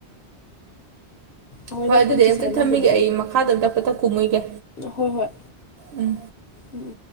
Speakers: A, on the left; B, on the right.
A: ꯑꯩꯈꯣꯏ
B: ꯍꯣꯏ
A: ꯂꯥꯏ
B: ꯑꯗꯨꯗꯤ
A: ꯈꯨꯔꯨꯝ ꯆꯠꯁꯦ
B: ꯑꯝꯇ
A: ꯍꯥꯏꯅꯕꯗꯣ
B: ꯊꯝꯃꯒꯦ ꯑꯩ ꯃꯈꯥꯗ ꯑꯝꯇ ꯄꯇ ꯀꯨꯝꯃꯣꯏꯒꯦ
A: ꯍꯣꯏ ꯍꯣꯏ
B: ꯎꯝ
A: ꯎꯝ ꯎꯝ